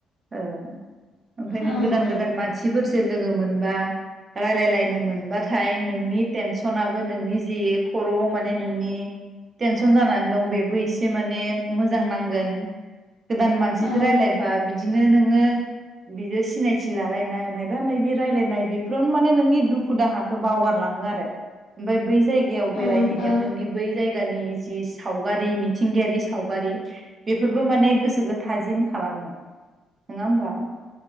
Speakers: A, on the right; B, on the left.
A: औ ओमफाय नों
B: औ ओं
A: गोदान गोदान मानसिफोर जों लोगो मोनबा रायलायलायनो मोनबाथाय नोंनि टेनसनाबो नोंनि जि खर'आव माने नोंनि टेनसन जानानै दं बेबो एसे माने मोजां नांगोन गोदान मानसिजों
B: ओ
A: रायलायबा बिदिनो नोङो बियो सिनायथि लालायनाय मायबा मायबि रायलायनाय बेफ्रावनो माने नोंनि दुखु दाहाखौ बावगारलाङो आरो ओमफाय बै जायगायाव बेरायहैनायाव
B: ओं ओ
A: नोंनि जायगानि जि सावगारि मिथिंगायारि सावगारि बेफोरबो माने गो सोखौ थाजिम खालामो। नङा होमबा?